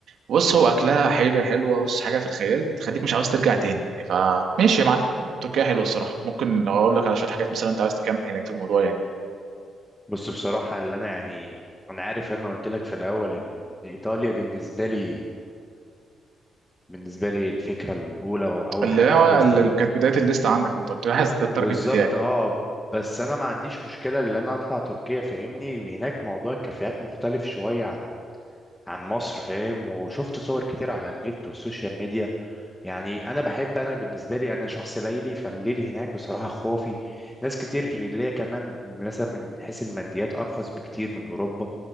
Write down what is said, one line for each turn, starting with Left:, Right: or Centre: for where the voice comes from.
Right: بص هو اكلها حاجه حلوه بص حاجه في الخيال تخليك مش عاوز ترجع تاني فماشي يا معلم تركيا حلوه الصراحه ممكن لو اقول لك على شويه حاجات مثلا انت عايز تكمل هناك في الموضوع يعني
Centre: بص بصراحة اللي أنا يعني أنا عارف أنا قلت لك في الأول إن إيطاليا بالنسبة لي بالنسبة لي الفكرة الأولى أو أول
Right: اللي
Centre: حاجة
Right: هو
Centre: على الليستة
Right: اللي كانت بدايه الليست عندك انت قلت لي عايز ده التارجت
Centre: بالظبط
Right: بتاعي
Centre: أه بس أنا ما عنديش مشكلة إن أنا أطلع تركيا فاهمني وهناك موضوع الكافيهات مختلف شوية عن عن مصر فاهم وشفت صور كتير على النت والسوشيال ميديا يعني انا بحب انا بالنسبه لي انا شخص ليلي فالليل هناك بصراحه خرافي ناس كتير اللي هي كمان مثلا من حيث الماديات ارخص بكتير من اوروبا